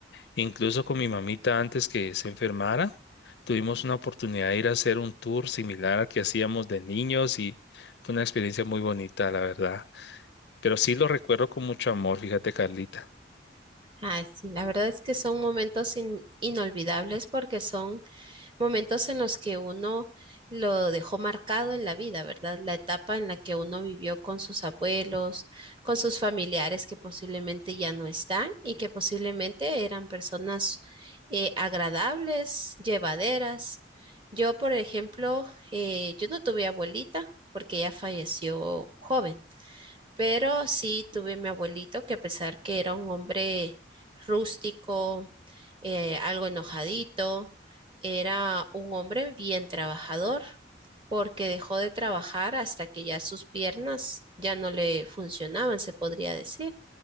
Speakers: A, on the left; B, on the right.
A: incluso con mi mamita antes que se enfermara. Tuvimos una oportunidad de ir a hacer un tour similar al que hacíamos de niños y fue una experiencia muy bonita, la verdad. Pero sí lo recuerdo con mucho amor, fíjate, Carlita.
B: Ay, sí, la verdad es que son momentos in- inolvidables porque son momentos en los que uno lo dejó marcado en la vida, ¿verdad? La etapa en la que uno vivió con sus abuelos, con sus familiares que posiblemente ya no están y que posiblemente eran personas eh, agradables, llevaderas. Yo, por ejemplo, eh, yo no tuve abuelita porque ella falleció joven. Pero sí tuve mi abuelito que a pesar que era un hombre rústico, eh, algo enojadito, era un hombre bien trabajador, porque dejó de trabajar hasta que ya sus piernas ya no le funcionaban, se podría decir.